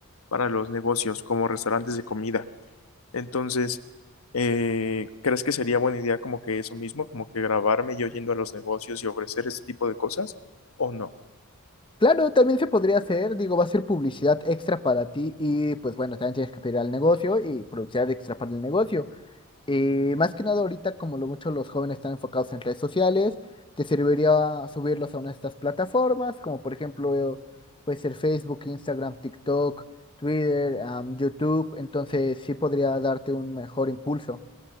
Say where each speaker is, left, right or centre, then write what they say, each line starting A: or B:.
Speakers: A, on the left; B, on the left.
A: para los negocios como restaurantes de comida. Entonces, eh, ¿crees que sería buena idea como que eso mismo, como que grabarme yo yendo a los negocios y ofrecer este tipo de cosas o no?
B: Claro, también se podría hacer, digo, va a ser publicidad extra para ti y pues bueno, también tienes que pedir al negocio y publicidad extra para el negocio. Eh, más que nada ahorita, como lo mucho los jóvenes están enfocados en redes sociales, te serviría subirlos a una de estas plataformas, como por ejemplo, eh, puede ser Facebook, Instagram, TikTok, Twitter, am, YouTube, entonces sí podría darte un mejor impulso.